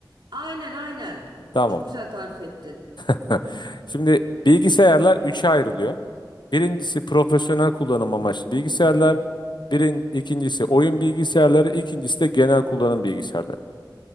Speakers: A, on the right; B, on the left.
A: Aynen aynen.
B: Tamam.
A: Çok güzel tarif ettin.
B: <laughs> Şimdi bilgisayarlar 3'e ayrılıyor. Birincisi profesyonel kullanım amaçlı bilgisayarlar. Birin, ikincisi oyun bilgisayarları, ikincisi de genel kullanım bilgisayarları.